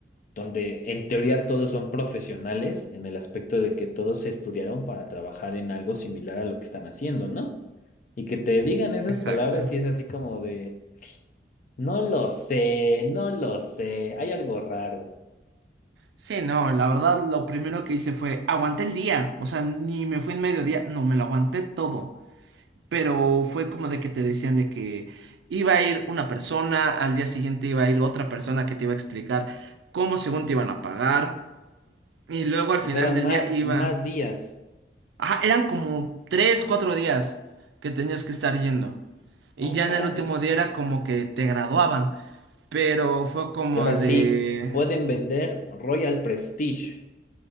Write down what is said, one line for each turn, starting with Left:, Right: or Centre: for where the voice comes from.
Left: donde en teoría todos son profesionales en el aspecto de que todos se estudiaron para trabajar en algo similar a lo que están haciendo, ¿no? Y que te digan esas
Right: Exacto.
Left: palabras y es así como de, no lo sé, no lo sé, hay algo raro.
Right: Sí, no, la verdad lo primero que hice fue aguanté el día, o sea, ni me fui en mediodía, no, me lo aguanté todo, pero fue como de que te decían de que iba a ir una persona, al día siguiente iba a ir otra persona que te iba a explicar cómo según te iban a pagar, y luego al final
Left: O sea, eran
Right: del
Left: más,
Right: día iba...
Left: más días.
Right: Ajá, eran como tres, cuatro días que tenías que estar yendo. Y
Left: No
Right: ya en
Left: manches.
Right: el último día era como que te graduaban. Pero fue como
Left: Y ahora
Right: de...
Left: sí, pueden vender Royal Prestige.